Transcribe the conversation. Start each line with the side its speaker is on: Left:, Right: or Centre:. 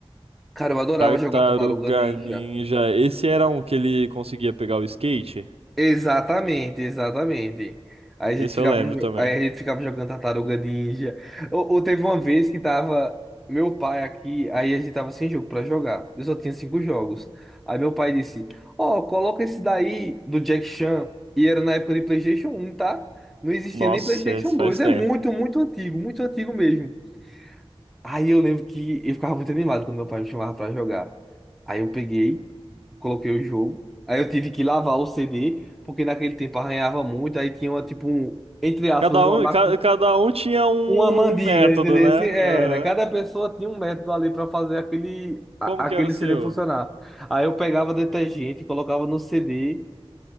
Centre: Cara, eu adorava
Right: Tartaruga
Centre: jogar Tartaruga Ninja.
Right: Ninja. Esse era um que ele conseguia pegar o skate?
Centre: Exatamente, exatamente. Aí a
Right: Esse
Centre: gente ficava,
Right: eu lembro
Centre: jo-
Right: também.
Centre: aí a gente ficava jogando Tartaruga Ninja. Ou, ou teve uma vez que tava meu pai aqui, aí a gente tava sem jogo pra jogar. Eu só tinha cinco jogos. Aí meu pai disse: Ó, coloca esse daí do Jack Chan. E era na época de PlayStation um tá? Não existia
Right: Nossa,
Centre: nem PlayStation
Right: esse faz
Centre: dois
Right: tempo.
Centre: É muito, muito antigo, muito antigo mesmo. Aí eu lembro que eu ficava muito animado quando meu pai me chamava pra jogar. Aí eu peguei coloquei o jogo. Aí eu tive que lavar o CD, porque naquele tempo arranhava muito, aí tinha uma, tipo, um, entre aspas,
Right: Cada
Centre: uma,
Right: um,
Centre: macu...
Right: ca- cada um tinha um,
Centre: uma mandiga,
Right: um método,
Centre: entendeu?
Right: né?
Centre: Esse Era,
Right: Aham.
Centre: cada pessoa tinha um método ali para fazer aquele, a-
Right: Como que
Centre: aquele
Right: era o seu?
Centre: CD funcionar. Aí eu pegava detergente, colocava no CD